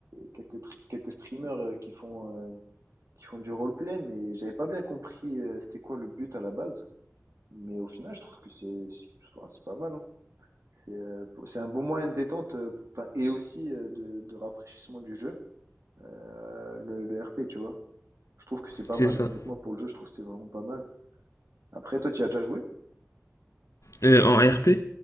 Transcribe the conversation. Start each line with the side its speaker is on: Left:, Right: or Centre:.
Right: quelques tri- quelques streamers euh, qui font euh, qui font du roleplay, mais j'avais pas bien compris euh, c'était quoi le but à la base. Mais au final, je trouve que c'est enfin, c'est pas mal. hein. C'est euh, pour- c'est un bon moyen de détente, euh, pour- enfin, et aussi euh, de, de rafraîchissement du jeu. euh, le, le RP, tu vois. Je trouve que c'est pas
Left: C'est
Right: mal.
Left: ça.
Right: Honnêtement, pour le jeu, je trouve que c'est vraiment pas mal. Après, toi, tu y as déjà joué?
Left: Euh, en RP,